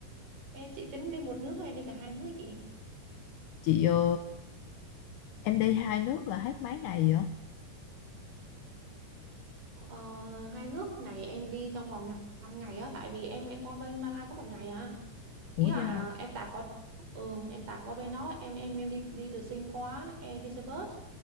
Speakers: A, on the right; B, on the left.
A: Em chị tính đi một nước hay đi cả hai nước chị?
B: Chị ờ, em đi hai nước là hết mấy ngày vậy?
A: Ờ, hai nước này em đi trong vòng 5 ngày á, tại vì em em qua bên Malai có một ngày à. Ý
B: Ủa
A: là
B: vậy hả?
A: em tạt qua ừ, em tạt qua bên đó, em em em đi đi từ Sing qua, em đi xe bus,